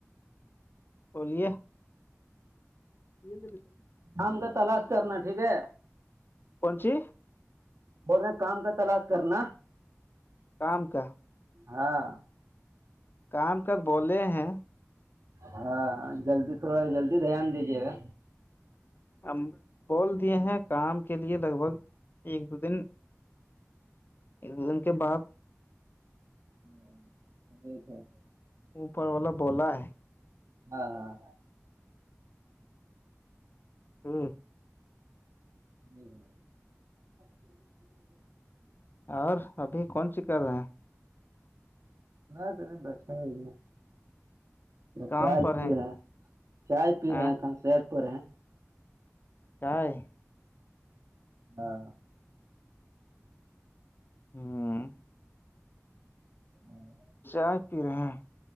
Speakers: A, on the left (about 40°); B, on the right (about 65°).
A: بولیے <inaudible>
B: آم کا تلاش کرنا ٹھیک ہے
A: کونچی
B: اورور میں کام کا تلاش کرنا
A: کام کا
B: ہاں
A: کام کر بولے ہیں
B: ہاں جلدی تھوڑا جلدی دھیان دیجیے گا
A: ہم بول دیے ہیں کام کے لیے لگ بھگ ایک دو دن ایک دو دن کے بعد
B: <inaudible> یک ہے
A: اوپر والا بولا ہے
B: ہاں ہاں
A: ہاں
B: جی <inaudible>
A: اور ابھی کون سی کر رہے ہیں
B: ہاں تر بیٹھا ہی تو
A: کام
B: چائے
A: پر
B: پی رہے ہیں چائے پی
A: ا
B: رہے ہیں تو سیڈ پر ہیں
A: چائے
B: ہاں
A: ہوں
B: ہاں
A: چ آائے پی رہے ہیں